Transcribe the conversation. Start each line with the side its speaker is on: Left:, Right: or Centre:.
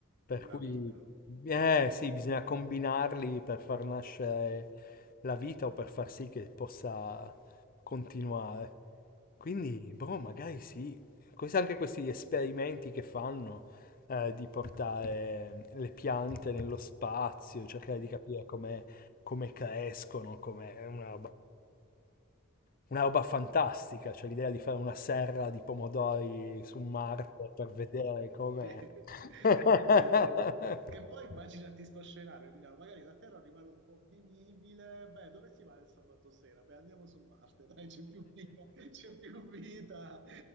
Right: per
Left: Per
Right: la
Left: cui,
Right: vita, no?
Left: eh
Right: Mhm.
Left: sì, bisogna combinarli per far nascere la vita o per far sì che possa continuare. Quindi,
Right: sì.
Left: boh, magari sì. Questi- anche
Right: Sì.
Left: questi esperimenti che fanno eh, di portare le piante nello spazio, cercare
Right: sì.
Left: di capire come, come crescono, come è una roba una roba fantastica, cioè l'idea di fare una serra di pomodori su Marte per vedere com'è.
Right: Sì,
Left: <laughs>
Right: sì. Che poi immaginati sto scenario, Milano, magari la Terra rimane un po' vivibile, beh, dove si va il sabato sera? Beh, andiamo su Marte, dai, c'è più vita, c'è più vita.